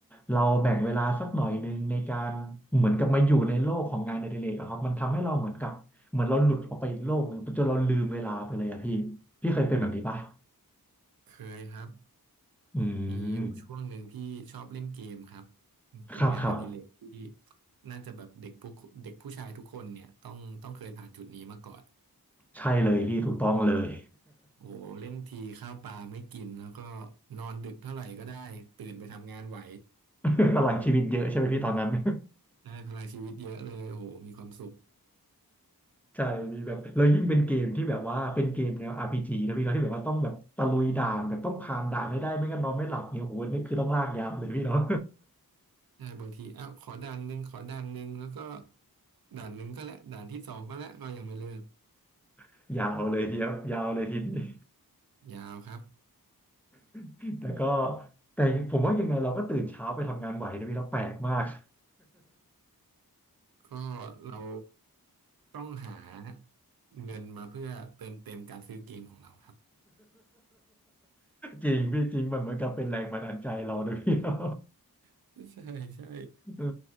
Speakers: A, in the centre; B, on the right.
A: เราแบ่งเวลาสักหน่อยนึงในการเหมือนกับมาอยู่ในโลกของงานอดิเรกอะครับมันทำให้เราเหมือนกับเหมือนเราหลุดออกไปอีกโลกหนึ่งจนเราลืมเวลาไปเลยอะพี่พี่เคยเป็นแบบนี้ปะ
B: เคยครับ
A: อื
B: มีอยู่ช่วงหนึ่งที่ชอบเล่นเกมครับ
A: ม
B: เป็นงานอดิเรกที่
A: ครับครับ
B: น่าจะแบบเด็กผู้เด็กผู้ชายทุกคนเนี่ยต้องต้องเคยผ่านจุดนี้มาก่อน
A: ใช่เลยพี่ถูกต้องเลย
B: โอ้โหเล่นทีข้าวปลาไม่กินแล้วก็นอนดึกเท่าไหร่ก็ได้ตื่นไปทำงานไหว
A: <laughs> พลังชีวิตเยอะใช่ไหมพี่ตอนนั้น <laughs>
B: ได้พลังชีวิตเยอะเลยโอ้โหมีความสุข
A: ใช่มีแบบแล้วยิ่งเป็นเกมที่แบบว่าเป็นเกมแนว RPG นะพี่เนาะที่แบบว่าต้องแบบตะลุยด่านแบบต้องผ่านด่านให้ได้ไม่งั้นนอนไม่หลับเนี่ยโอ้โหนี่คือต้องลากยาวเลยพี่เนาะ
B: ได้บางทีอ้าวขอด่านหนึ่งขอด่านหนึ่งแล้วก็ด่านหนึ่งก็แล้วด่านที่สองก็แล้วก็ยังไม่เลิก
A: <laughs> ยาวเลยทีเดียวยาวเลยทีนี้
B: ยาวครับ
A: <laughs> แต่ก็แต่ผมว่ายังไงเราก็ตื่นเช้าไปทำงานไหวนะพี่เราะแปลกมาก <laughs>
B: ก็เราต้องหาเงินมาเพื่อเติมเต็มการซื้อเกมของเราครับ
A: จริงพี่จริงมันเหมือนกับเป็นแรงบันดาลใจเรานะพี่เนาะ
B: <laughs> ใช่ใช่
A: เออ